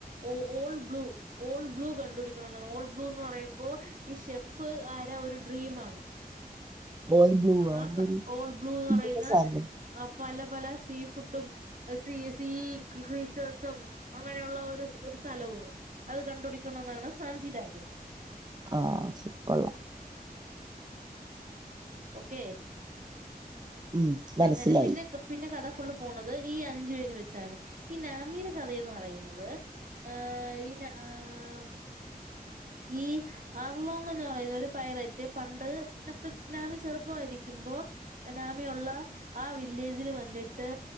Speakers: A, on the right; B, on the right.
A: ഓ ഓൾ ബ്ലൂ ഓൾ ബ്ലൂ കണ്ടു പിടിക്കണോന്നാണ് ഓൾ ബ്ലൂ എന്ന് പറയുമ്പോ ഈ ഷെഫ് ആരാ ഒര് ഡ്രീം ആണ്
B: ഓൾ ബ്ലൂ
A: ആ
B: എന്തൊരു
A: സ ഓൾ ബ്ലൂ എന്ന്
B: ഇതിന്റെ
A: പറയുന്ന
B: സാധനം
A: ആ പല പല സീ ഫുഡും സീ <unintelligible> അങ്ങനെയോള്ള ഒരു ഒര് സ്ഥലവു ആണ് അത് കണ്ടുടിക്കണോന്നാണ് സാഞ്ചിടെ ആഗ്രഹം
B: ആ സു കൊള്ളാം
A: ഓക്കെ
B: ഉം മനസ്സിലായി
A: അങ്ങനെ പിന്നെ കു പിന്നെ കഥ ഫുള്ള് പോണത് ഈ അഞ്ചു പേര് വെച്ചാണ് ഈ നാമീടെ കഥയന്ന് പറയുന്നത് ആ ഇ നാ ആം ഈ ആർലോങ് എന്ന് പറയുന്ന ഒരു പൈററ്റ് പണ്ട് നപ്പനാമി ചെറുപ്പമായിരിക്കുമ്പോ അനാമിയുള്ള ആ വില്ലേജില് വന്നിട്ട്